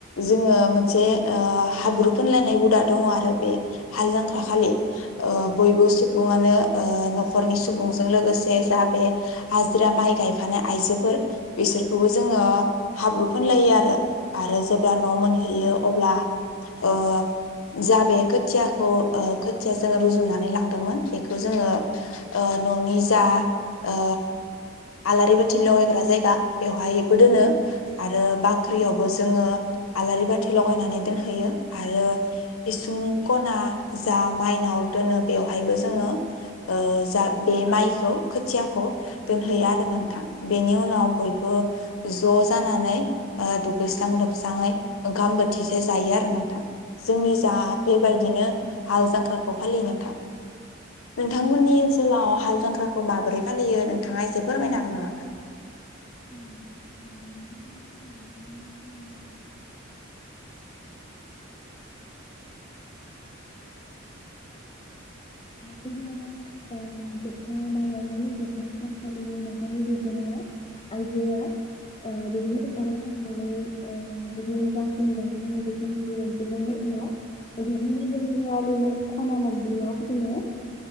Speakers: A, on the left; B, on the left.
A: जोङो मोनसे ओ हाब्रु फुनलायनाय हुदा दङ आरो बे हाल जांख्राखालि ओ बयबो सुबुङानो ओ न'खरनि सुबुंजों लोगोसे जा बे हाजिरा माइ गाय फानाय आइजोफोर बिसोरखौबो जोङो हाब्रु फोनलायो आरो। आरो जेब्ला न' मोनहैयो। अब्ला ओ जा बे खोथियाखौ ओ खोथिया जोङो रुजुननानै लांदोंमोन बेखौ जोङो ओ न'नि जा ओ आलारि बाथि लगायग्रा जायगा बेवहायबो दोनो आरो बाख्रियावबो जोङो आलारि बाथि लगायनानै दोनहैयो आरो इसुं खना जा माइनाव दोनो बेवहायबो जोङो ओ जा बे माइखौ खोथियाखौ दोनहैयो आरो। नोंथां बेनि उनाव बयबो ज' जानानै ओ दुगैस्रां लोबस्राङै ओंखाम बोथिसे जायो आरो नोंथां। जोंनि जा बेबायदिनो हाल जां फोरखौ फालियो नोंथां नोंथांमोननि ओनसोलाव हाल जांख्राखौ माबोरै फलियो नोंथाङा एसे फोरमायनो हागोन नामा
B: <inaudible> बिदिनो जोबथा माइ गायनायनि जोबथा सानसालि न'खरनि दैदेननाया आइजोआ ओ दैदनो फोथाराव थांनानै ओ बिदिनो जा जे गाय बेनिखौ गायजोबनायनि उनाव ददिलिनि दोंबयालिनि खना मोनब्रैयाव जोङो